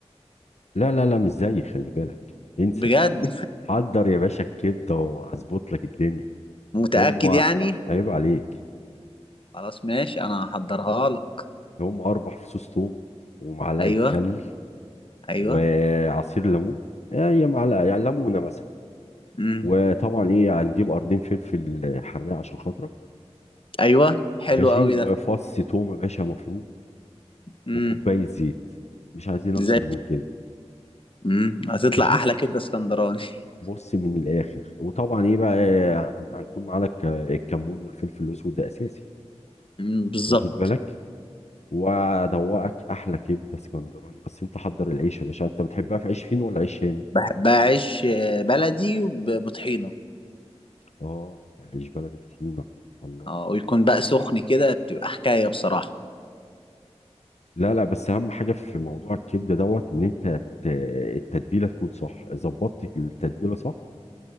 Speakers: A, on the left (about 75°); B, on the left (about 50°).
A: لا لا لا مش زيي خلي بالك انسى
B: بجد
A: حضر يا باشا الكبده واظبط لك الدنيا
B: <laughs> متاكد
A: هم
B: يعني
A: عيب عليك
B: خلاص ماشي انا هحضرها لك
A: هم اربع فصوص ثوم ومعلقه
B: ايوه
A: خل
B: ايوه
A: وعصير ليمون آه، هي معلقه يعني ليمونه مثلا
B: امم
A: وطبعا ايه هنجيب قرنين فلفل حراق عشان خاطرك
B: ايوه حلو
A: ماشي
B: قوي
A: وفص
B: ده
A: تومه باشا مفروم
B: امم
A: وكوبايه زيت مش عايزين اكتر
B: زي
A: من كده
B: امم هتطلع
A: ماشي
B: احلى كبده اسكندراني <laughs>
A: بص من الاخر وطبعا ايه بقى آه، هنكون معانا الك- الكمون والفلفل الاسود ده اساسي
B: امم بالظبط
A: واخد بالك وادوقك احلى كبده اسكندراني بس انت حضر العيش يا باشا انت بتحبها في عيش فين ولا عيش شام
B: بحبها عيش آه، بلدي وب- بطحينه
A: اه عيش بلدي بطحينه الله
B: اه ويكون بقى سخن كده بتبقى حكايه بصراحه
A: لا لا بس اهم حاجه في موضوع الكبده دوت ان انت ت- التتبيله تكون صح ظبطت التتبيله صح